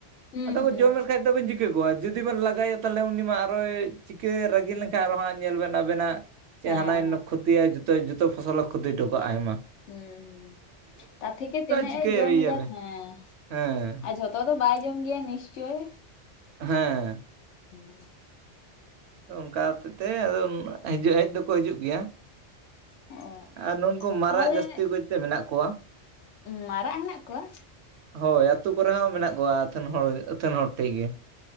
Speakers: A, on the left; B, on the right.
A: ᱦᱩᱸ
B: ᱟᱫᱚ
A: ᱦᱩᱸ
B: ᱡᱚᱢᱮᱫ ᱠᱷᱟᱭ ᱫᱚᱵᱤᱱ ᱪᱤᱠᱟᱹ ᱠᱚᱣᱟ ᱡᱚᱰᱤ ᱵᱮᱱ ᱞᱟᱜᱼᱼ ᱞᱟᱭᱟ ᱛᱟᱦᱚᱞᱮ ᱩᱱᱤ ᱢᱟ ᱟᱨᱚᱭ ᱪᱤᱠᱟᱹ ᱨᱟᱹᱜᱤ ᱞᱮᱱᱠᱷᱟᱱ ᱟᱨ ᱦᱟᱸᱜ ᱧᱮᱞ ᱵᱮᱱ ᱟᱵᱮᱱᱟᱜᱼᱼ ᱡᱟ
A: ᱦᱮᱸ ᱦᱮᱸ
B: ᱦᱟᱱᱟᱭ ᱱᱚ ᱠᱷᱚᱛᱤᱭᱟᱭ
A: ᱦᱩᱸ
B: ᱡᱚᱛᱭ ᱡᱚᱛᱚ ᱯᱷᱚᱥᱚᱞᱮ ᱠᱷᱚᱛᱤ ᱦᱚᱴᱚ ᱠᱟᱜᱼᱟᱭ ᱢᱟᱼᱼ
A: ᱦᱮᱸ ᱦᱮᱸ ᱛᱟᱨ ᱛᱷᱮᱠᱮ ᱛᱤᱱᱟᱹᱜ
B: ᱪᱤᱠᱟᱹᱭᱮᱭᱟᱵᱮᱱ
A: ᱮ ᱡᱚᱢ ᱮᱫᱟ ᱦᱮᱸ
B: ᱦᱮᱸ
A: ᱟᱨ ᱡᱚᱛᱚ ᱫᱚ ᱵᱟᱭ ᱡᱚᱢ ᱜᱮᱭᱟᱭ ᱱᱤᱥᱪᱳᱭ
B: ᱦᱮᱸᱼᱼ
A: ᱦᱮᱸᱼᱼ
B: ᱚᱱᱠᱟ ᱦᱚᱛᱮᱫ ᱛᱮ ᱟᱫᱚ ᱩᱱᱟᱜ ᱦᱤᱡᱩᱜ ᱦᱮᱡ ᱫᱚᱠᱚ ᱦᱤᱡᱩᱜ ᱜᱮᱭᱟ᱾
A: ᱚ
B: ᱟᱨ ᱱᱩᱱᱠᱩ ᱢᱟᱨᱟᱜ
A: ᱛᱟᱦᱚᱞᱮ
B: ᱡᱟᱹᱥᱛᱤ ᱠᱚᱡᱛᱮ ᱢᱮᱱᱟᱜ ᱠᱚᱣᱟ᱾
A: ᱢᱟᱨᱟᱜ ᱦᱮᱱᱟᱜ ᱠᱚᱣᱟ?
B: ᱦᱳᱭ ᱟᱛᱳ ᱠᱚᱨᱮ ᱦᱚᱸ ᱢᱮᱱᱟᱜ ᱠᱚᱣᱟ ᱟᱹᱛᱷᱟᱹᱱ ᱦᱚᱲ ᱟᱹᱛᱷᱟᱹᱱ ᱦᱚᱲ ᱴᱷᱮᱭ ᱜᱮ,